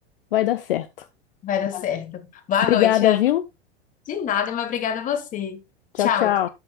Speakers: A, on the left; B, on the left.
A: vai dar certo.
B: Vai dar
A: Vai.
B: certo. Boa
A: Obrigada,
B: noite, Ana.
A: viu?
B: De nada, mas obrigada a você.
A: Tchau,
B: Tchau.
A: tchau.